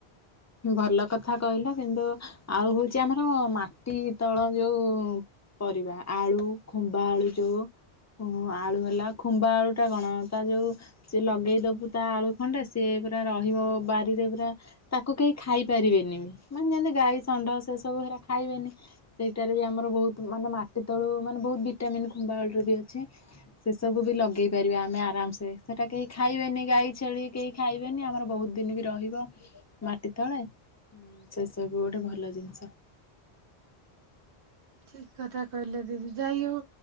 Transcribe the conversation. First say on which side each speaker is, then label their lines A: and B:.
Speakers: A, on the left; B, on the right.
A: ଭଲ କଥା କହିଲ କିନ୍ତୁ ଆଉ ହଉଛି ଆମର ମାଟି ତଳ ଯୋଉ ପରିବା ଆଳୁ ଖୁମ୍ବା ଆଳୁ ଯୋଉ ଓହୋ ଆଳୁ ହେଲା ଖୁମ୍ବା ଆଳୁ ଟା କଣ ତା ଯୋଉ ସେ ଲଗେଇଦବୁ ତା ଆଳୁ ଖଣ୍ଡେ ସିଏ ପୁରା ରହିବ ବାରିରେ ପୁରା ତା କୁ କେହି ଖାଇ ପାରିବେନି ବି ମାନେ ଯେମିତି ଗାଈ ଷଣ୍ଢ ସେ ସବୁ ହେରା ଖାଇବେନି ସେଇଟାରେ ବି ଆମର ବହୁତ ମାନେ ମାଟି ତଳୁ ମାନେ ବହୁତ ଭିଟାମିିନ ଖୁମ୍ବା ବେଳରୁ ବି ଅଛି ସେ ସବୁ ବି ଲଗେଇ ପାରିବା ଆମେ ଆରାମସେ ସେଟା କେହି ଖାଇବେନି ଗାଈ ଛେଳି କେହି ଖାଇବେନି ଆମର ବହୁତ ଦିନ ବି ରହିବ। ମାଟି ତଳେ ସେ ସବୁ ଗୋଟେ ଭଲ ଜିନିଷ
B: ଠିକ କଥା କହିଲେ ଦିଦି ଯାଇ ହଉ